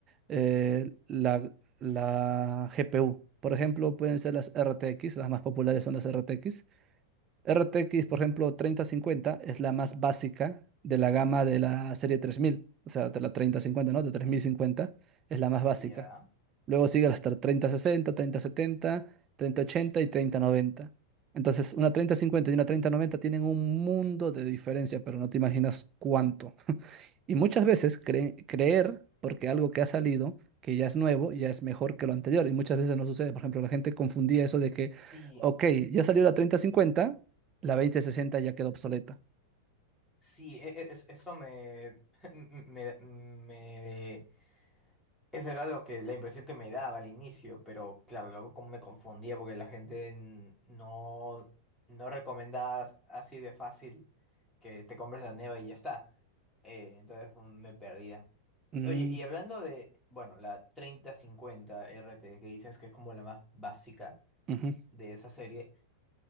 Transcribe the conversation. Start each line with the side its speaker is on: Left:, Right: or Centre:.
Right: eh, la, la GPU. Por ejemplo, pueden ser las RTX, las más populares son las RTX. RTX, por ejemplo, treinta cincuenta es la más básica de la gama de la serie tres mil o sea, de la treinta cincuenta ¿no? De 3050 es la más
Centre: ya.
Right: básica. Luego sigue hasta treinta sesenta treinta setenta treinta ochenta y treinta noventa Entonces, una treinta cincuenta y una treinta noventa tienen un mundo de diferencia, pero no te imaginas cuánto. Y muchas veces cre- creer, porque algo que ha salido, que ya es nuevo, ya es mejor que lo anterior. Y muchas veces no sucede. Por ejemplo, la gente confundía eso de que,
Centre: Sí,
Right: ok, ya salió la treinta cincuenta la veinte sesenta ya quedó obsoleta.
Centre: sí, e- e- es- eso me, <laughs> me, me- Eso era lo que, la impresión que me daba al inicio, pero claro, luego como me confundía porque la gente n- no, no recomendaba así de fácil que te compres la neva y ya está. Eh, entonces mm, me perdía.
Right: Mm,
Centre: Oye, y hablando de, bueno, la treinta cincuenta R T que dices que es como la más básica
Right: ujú,
Centre: de esa serie.